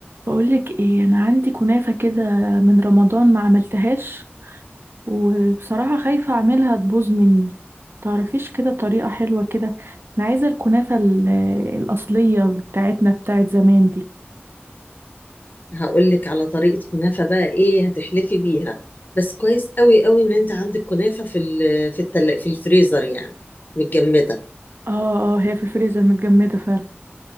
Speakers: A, on the right (about 65°); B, on the left (about 50°).
A: بقولك ايه انا عندي كنافة كده من رمضان ما عملتهاش وبصراحة خايفة اعملها تبوظ مني تعرفيش كده طريقة حلوة كده انا عايزة الكنافة ال- الأصلية بتاعتنا بتاعت زمان دي
B: هقول لك على طريقة كنافة بقى ايه هتحلفي بيها بس كويس قوي قوي ان انت عندك كنافة في ال- في التل... في الفريزر يعني متجمدة
A: اه اه هي في الفريزر متجمدة فعلا